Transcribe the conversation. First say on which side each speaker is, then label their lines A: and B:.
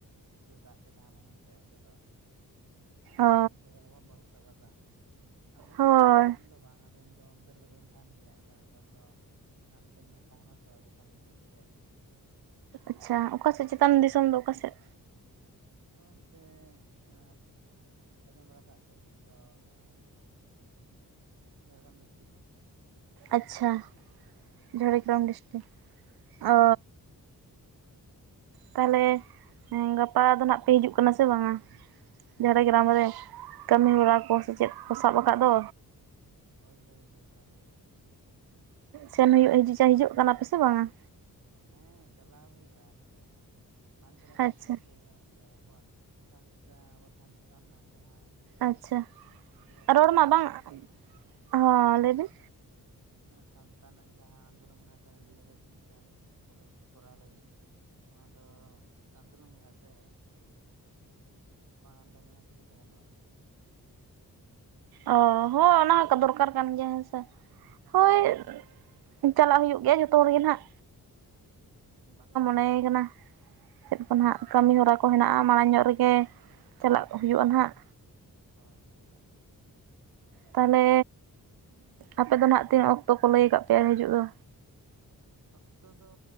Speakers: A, on the right (about 55°); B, on the right (about 85°).
A: ᱛᱩᱫᱟᱜ ᱜᱮ ᱛᱟᱦᱮᱱᱟ ᱦᱮᱸ ᱥᱮ ᱚᱱᱛᱮ ᱫᱚ ᱟᱨ
B: ᱚ
A: ᱱᱤᱛᱚᱜ ᱫᱚ ᱟᱵᱟᱨ ᱵᱟᱨ ᱛᱟᱵᱟᱨ ᱫᱟᱜ ᱫᱟ ᱟᱞᱮ
B: ᱦᱳᱭ
A: ᱠᱟᱱᱟᱞᱮ ᱵᱟᱝ ᱫᱚ ᱵᱟᱝ ᱤᱧ ᱫᱚ ᱚᱱᱛᱮ ᱨᱮᱫᱚ ᱵᱟᱹᱧ ᱛᱟᱦᱮᱱ ᱜᱮᱭᱟ ᱟᱫᱚ ᱱᱮᱛᱟᱨ ᱫᱚ ᱦᱟᱱᱛᱮᱧ ᱛᱟᱦᱮᱱᱟ ᱛᱚ ᱪᱮᱛᱟᱱ ᱫᱤᱥᱚᱢ ᱥᱮᱫ
B: ᱟᱪᱪᱷᱟ ᱚᱠᱟᱥᱮᱫ ᱪᱮᱛᱟᱱ ᱫᱤᱥᱚᱢ ᱫᱚ ᱚᱠᱟᱥᱮᱫ?
A: ᱟᱱᱛᱮ ᱮ ᱟᱸᱡᱚᱢ ᱵᱟᱲᱟ ᱠᱟᱜ ᱜᱮᱭᱟᱵᱤᱱ ᱛᱚ ᱚᱱᱮ ᱪᱮᱫ ᱵᱤᱱ ᱞᱟᱹᱭᱟ ᱡᱷᱟᱲᱜᱨᱟᱢ ᱰᱤᱥᱴᱤᱠ
B: ᱟᱪᱪᱷᱟ, ᱡᱷᱟᱲᱜᱨᱟᱢ
A: ᱦᱳᱭ ᱦᱳᱭ
B: ᱰᱤᱥᱴᱤᱠ
A: ᱦᱮᱸ
B: ᱚ ᱛᱟᱦᱚᱞᱮ ᱮ ᱜᱟᱯᱟ ᱫᱚ ᱱᱟᱜ ᱯᱮ ᱦᱤᱡᱩᱜ ᱠᱟᱱᱟ ᱥᱮ ᱵᱟᱝ-ᱟ ᱡᱷᱟᱲᱜᱨᱟᱢ ᱨᱮ? ᱠᱟᱹᱢᱤᱦᱚᱨᱟ
A: ᱦᱮᱸ ᱥᱮᱱ
B: ᱠᱚ ᱥᱮ ᱪᱮᱫ
A: ᱦᱩᱭᱩᱜᱼᱟ
B: ᱠᱚ
A: ᱥᱮᱱ
B: ᱥᱟᱵ ᱟᱠᱟᱫ
A: ᱦᱩᱭᱩᱜᱼᱟ
B: ᱫᱚ,
A: ᱦᱳᱭ ᱦᱳᱭ ᱦᱳᱭ ᱥᱮᱱᱮᱜᱼᱟ ᱾
B: ᱥᱮᱱ ᱦᱩᱭᱩᱜ ᱦᱟ ᱦᱤᱡᱩᱜ ᱠᱟᱱᱟ ᱯᱮᱥᱮ ᱵᱟᱝᱟ?
A: ᱦᱮᱸ ᱪᱟᱞᱟᱣ ᱦᱩᱭᱩᱜᱼᱟ ᱟᱨᱪᱮ ᱵᱟᱝᱢ ᱪᱟᱞᱟᱣ ᱞᱮᱠᱷᱟᱱ
B: ᱟᱪᱪᱷᱟ
A: ᱪᱤᱠᱟᱹᱛᱮ ᱦᱩᱭᱩᱜᱼᱟ ᱥᱮ ᱟᱵᱚᱣᱟᱜ ᱥᱟᱱᱛᱮ ᱟᱵᱚ ᱥᱟᱱᱛᱟ ᱨᱮᱱᱟᱜ ᱡᱟᱦᱟᱸ ᱰᱤᱭᱮᱞᱮᱰ
B: ᱟᱪᱪᱷᱟ
A: ᱛᱮᱭᱟᱨ
B: ᱨᱚᱲᱢᱟ
A: ᱢᱟᱱᱮ
B: ᱵᱟᱝ ᱦᱚᱸ ᱞᱟᱹᱭ ᱵᱤᱱ
A: ᱮ ᱥᱟᱱᱛᱟ ᱱᱟᱜ ᱡᱟᱦᱟᱸ ᱟᱱᱫᱳᱞᱚᱱ ᱢᱮᱱᱟᱜᱼᱟ ᱚᱱᱟ ᱰᱤᱭᱮᱞᱟᱭᱤᱴ ᱢᱤᱫᱴᱮᱱ ᱠᱚᱞᱮᱡᱽ ᱠᱚᱨᱟᱣ ᱞᱟᱹᱜᱤᱫ ᱚᱱᱟ ᱫᱚ ᱟᱱᱫᱳᱞᱚᱱ ᱦᱩᱭᱩᱜ ᱟ ᱥᱮ ᱵᱟᱝ ᱟᱸᱫᱳᱲ ᱞᱮᱱᱠᱷᱟᱱ ᱪᱤᱠᱟᱹᱛᱮ ᱜᱟᱱᱚᱜᱼᱟ
B: ᱚ ᱦᱚᱸ ᱚᱱᱟ ᱠᱚ ᱫᱚᱨᱠᱟᱨ ᱠᱟᱱ ᱜᱮᱭᱟ ᱦᱮᱸ ᱥᱮ
A: ᱮᱦᱮᱸ ᱦᱮᱸ
B: ᱦᱳᱭ ᱪᱟᱞᱟᱜ ᱦᱩᱭᱩᱜ ᱜᱮᱭᱟ ᱡᱚᱛᱚ ᱦᱚᱲ ᱜᱮ ᱱᱟᱜ
A: ᱟᱪᱪᱷᱟ ᱟᱪᱪᱷᱟ
B: ᱱᱮᱭ ᱠᱟᱱᱟ
A: ᱚ
B: ᱪᱮᱫ ᱠᱚ ᱱᱟᱱᱟᱜ ᱠᱟᱹᱢᱤᱦᱚᱨᱟ ᱠᱚ ᱦᱮᱱᱟᱜᱼᱟ ᱢᱟᱲᱟᱝ ᱧᱚᱜ ᱨᱮᱜᱮ ᱪᱟᱞᱟᱜ
A: ᱦᱮᱸ
B: ᱦᱩᱭᱩᱜᱼᱟ ᱱᱟᱦᱟᱜ
A: ᱦᱳᱭ ᱦᱳᱭ
B: ᱛᱟᱦᱚᱞᱮ ᱟᱯᱮ ᱫᱚ ᱦᱱᱟᱜ ᱛᱤᱱᱟᱹᱜ ᱚᱠᱛᱚ ᱠᱚ ᱞᱟᱹᱭ ᱟᱠᱟᱫ ᱯᱮᱭᱟ ᱦᱤᱡᱩᱜ ᱫᱚ?
A: ᱚᱠᱛᱚ ᱫᱚ